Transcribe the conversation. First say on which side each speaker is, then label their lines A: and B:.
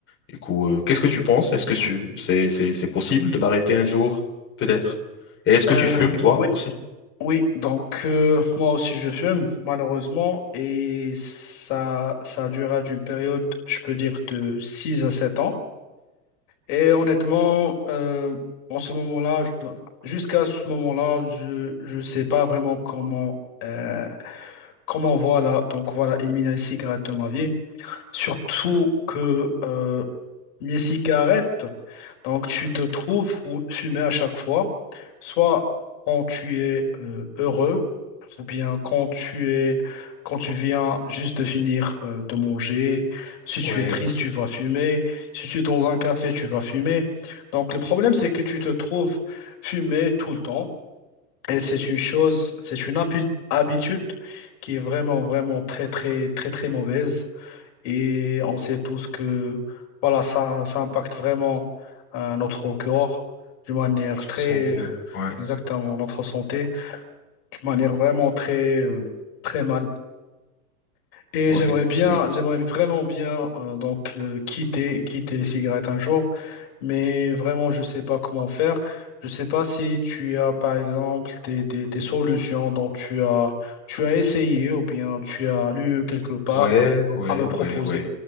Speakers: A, on the left; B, on the left.
A: Du coup, euh, qu'est-ce que tu penses? Est-ce que tu- c'est, c'est, c'est possible de l'arrêter un jour, peut-être? Et est-ce que
B: Euh,
A: tu fumes, toi
B: oui,
A: aussi?
B: oui. Donc, euh, moi aussi, je fume, malheureusement. Et ça, ça a duré d'une période, je peux dire, de 6 à 7 ans. Et honnêtement, euh, en ce moment-là, je- jusqu'à ce moment-là, je je sais pas vraiment comment, euh, comment voilà, donc voilà, éliminer les cigarettes de ma vie. Surtout que euh, les cigarettes, donc tu te trouves où fumer à chaque fois, soit quand tu es euh, heureux, ou bien quand tu es quand tu viens juste de finir euh, de manger. Si tu
A: Ouais,
B: es triste, tu vas fumer. Si tu es dans un café, tu vas fumer. Donc le problème, c'est que tu te trouves fumer tout le temps. Et c'est une chose, c'est une habi- habitude qui est vraiment, vraiment très, très, très, très mauvaise. Et on sait tous que voilà, ça, ça impacte vraiment euh, notre corps d'une manière
A: je
B: très,
A: sentais. Ouais,
B: exactement, notre santé, d'une manière vraiment très, euh, très mal. Et
A: ouais,
B: j'aimerais bien,
A: ouais.
B: j'aimerais vraiment bien euh, donc euh, quitter, quitter les cigarettes un jour, mais vraiment, je ne sais pas comment faire. Je ne sais pas si tu as, par exemple, des, des, des solutions dont tu as, tu as essayé ou bien tu as lu quelque part
A: Ouais, ouais,
B: à me
A: ouais,
B: proposer.
A: ouais.